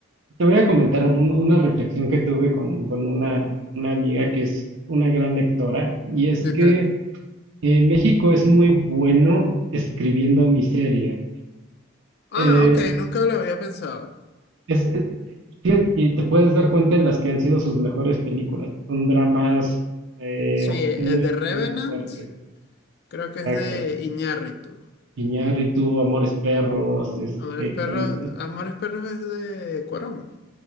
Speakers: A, on the right (about 70°); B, on the left (about 55°).
A: te voy a comentar un- una reflexión que tuve con, con una, una amiga que es una gran lectora, y es
B: ¿De
A: que
B: qué?
A: eh, México es muy bueno escribiendo miseria.
B: Ah,
A: Eh,
B: ok, nunca lo había pensado.
A: es, es- fíjate, y te puedes dar cuenta en las que han sido sus mejores películas. Son dramas eh,
B: Sí,
A: os-
B: el
A: muy,
B: de Revenant,
A: muy fuertes.
B: creo
A: Exacto.
B: que es de Iñárritu.
A: Iñárritu, Amores Perros, este,
B: Amores Perros,
A: que también
B: Amores Perros es de Cuarón.